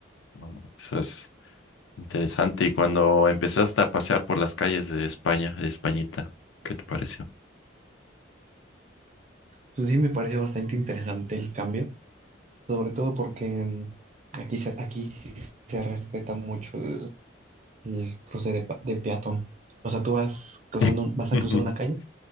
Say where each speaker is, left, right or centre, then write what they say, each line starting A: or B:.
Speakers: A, on the left; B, on the right.
A: No, Eso es interesante. Y cuando empezaste a pasear por las calles de España, de Españita, ¿qué te pareció?
B: Entonces sí me pareció bastante interesante el cambio. Sobre todo porque mm, aquí, se- aquí sí se respeta mucho el el cruce de, pa- de peatón. O sea, tú vas cruzando,
A: <laughs>
B: un- vas a cruzar una calle,